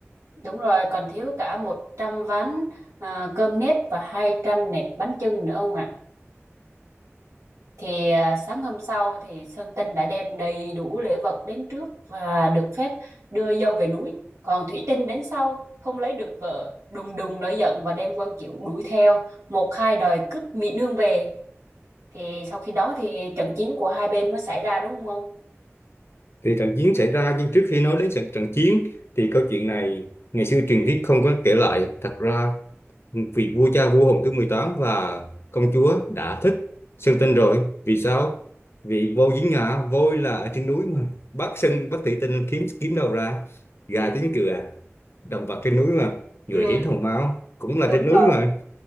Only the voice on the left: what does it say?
thì trận chiến xảy ra nhưng trước khi nói đến trận trận chiến thì câu chuyện này ngày xưa truyền thuyết không có kể lại thật ra vì vua cha vua Hùng thứ mười tám và công chúa đã thích Sơn Tinh rồi vì sao vì voi dính ngã voi là ở trên núi mà bác Sơn bác Thủy Tinh kiếm kiếm đâu ra gà
tiếng cựa động vật trên núi mà người
chín hồng máu cũng là
trên núi
mà